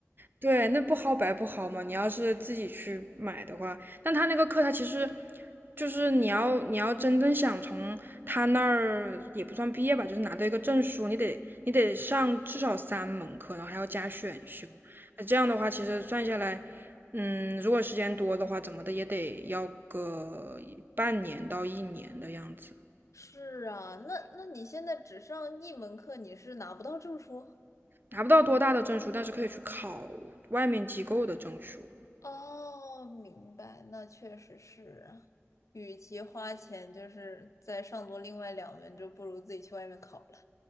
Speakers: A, on the right; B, on the left.
A: 对，那不薅白不薅嘛。你要是自己去买的话，但他那个课，他其实就是你要你要真正想从他那儿也不算毕业吧，就是拿到一个证书，你得你得上至少三门课，然后还要加选修。那这样的话，其实算下来，嗯，如果时间多的话，怎么的也得要个半年到一年的样子。
B: 是啊，那那你现在只上一门课，你是拿不到证书？
A: 拿不到多大的证书，但是可以去考外面机构的证书。
B: 哦，明白，那确实是啊。与其花钱就是再上多另外两门，就不如自己去外面考了。